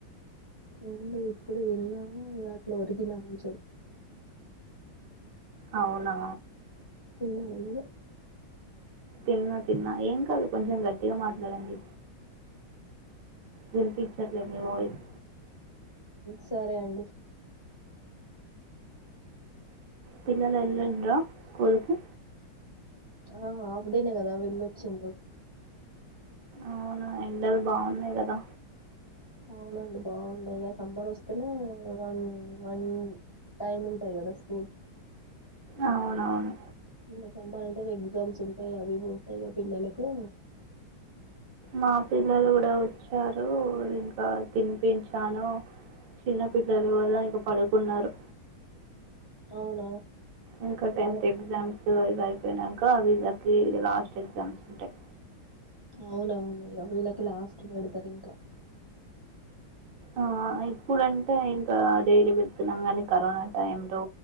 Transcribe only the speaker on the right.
అవునా
తిన్నా తిన్నా ఏం కాదు కొంచెం గట్టిగా మాట్లాడండి వినిపించట్లేదు మీ వాయిస్
పిల్లలు వెళ్ళండరా స్కూల్కి
అవునా ఎండలు బాగున్నాయి కదా
అవునవును
మా పిల్లలు కూడా వచ్చారు ఇంకా తినిపించాను చిన్న పిల్లలు కదా ఇంక పడుకున్నారు
ఇంకా టెన్త్
ఎగ్జామ్ ఇవి అయిపోయినాక వీళ్లకి ఇగ లాస్ట్ ఎగ్జామ్స్ ఉంటాయి
ఆ ఇప్పుడంటే ఇంకా డైలీ వెళ్తున్నాం కానీ కరోనా టైంలో